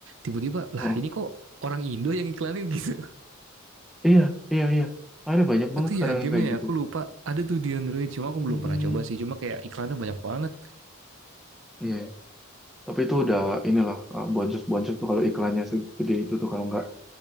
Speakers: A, on the right (about 65°); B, in the centre.
A: tiba-tiba lah
B: Oh,
A: ini kok orang Indo yang iklanin <laughs> gitu
B: iya, iya, iya. Ada banyak
A: Apa
B: banget
A: tuh
B: sekarang
A: ya gamenya
B: yang kayak
A: ya?
B: gitu.
A: Aku lupa. Ada tuh di Android. Cuma
B: Hmm,
A: aku belum pernah coba sih. Cuma kayak iklannya banyak banget.
B: iya. iya. Tapi itu udah inilah uh, boncos-boncos tuh kalau iklannya segede itu tuh kalau nggak